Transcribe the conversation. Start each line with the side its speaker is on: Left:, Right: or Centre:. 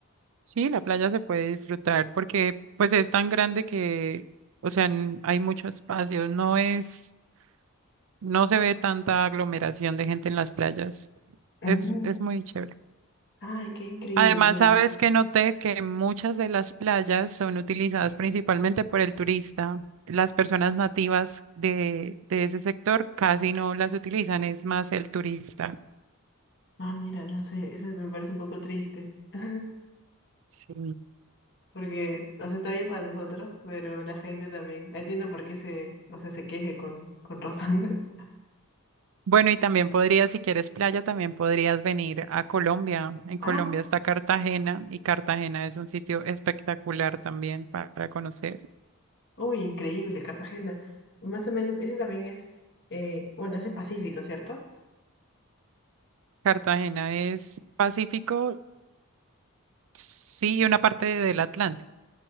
Right: Sí, la playa se puede disfrutar porque pues es tan grande que, o sea, n- hay mucho espacio, no es, no se ve tanta aglomeración de gente en las playas.
Left: Mm.
Right: Es, es muy chévere.
Left: Ay, qué increíble,
Right: Además,
Left: increíble.
Right: sabes que noté que muchas de las playas son utilizadas principalmente por el turista. Las personas nativas de, de ese sector casi no las utilizan, es más el turista.
Left: Ah, mira, no sé, eso me parece un poco triste. <laughs>
Right: Sí.
Left: Porque, o sea, está bien para nosotros, pero la gente también. Entiendo por qué se, o sea, se queje con, con razón. <laughs>
Right: Bueno, y también podrías, si quieres playa, también podrías venir a Colombia. En Colombia
Left: Ah,
Right: está Cartagena y Cartagena es un sitio espectacular también para conocer.
Left: uy, increíble, Cartagena. Más o menos, ese también es, eh, bueno, ese es Pacífico, ¿cierto?
Right: Cartagena es Pacífico, sí, y una parte del Atlántico.